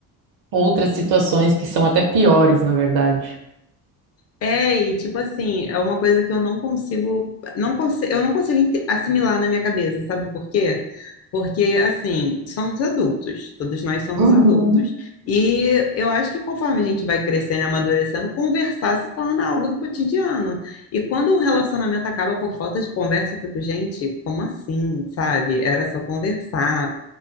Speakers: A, on the right; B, on the left.
A: outras situações que são até piores, na verdade.
B: é, e tipo assim, é uma coisa que eu não consigo, não consigo, eu não consigo inte- assimilar na minha cabeça, sabe por quê? Porque, assim, somos adultos, todos nós somos
A: Uhum.
B: adultos. E eu acho que conforme a gente vai crescendo e amadurecendo, conversar se torna algo do cotidiano. E quando um relacionamento acaba por falta de conversa, eu fico, gente, como assim, sabe? Era só conversar.